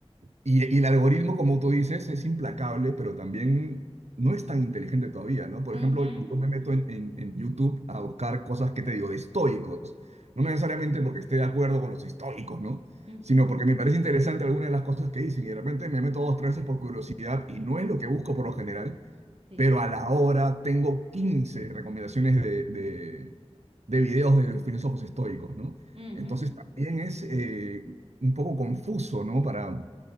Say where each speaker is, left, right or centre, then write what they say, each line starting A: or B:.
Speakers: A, on the right (about 80°); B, on the right (about 60°).
A: y, y el algoritmo, como tú dices, es implacable, pero también no es tan inteligente todavía, ¿no? Por
B: ujú,
A: ejemplo, yo me meto en, en- en YouTube a buscar cosas que te digo, de estoicos, no
B: Sí.
A: necesariamente porque esté de acuerdo con los estoicos, ¿no?
B: ujú,
A: Sino porque me parece interesante alguna de las cosas que dicen y de repente me meto dos, tres veces por curiosidad y no es lo que busco por lo general
B: Sí.
A: pero a la hora tengo 15 recomendaciones de, de, de videos de los filósofos estoicos, ¿no?
B: ujú,
A: Entonces también es eh, un poco confuso, ¿no? Para,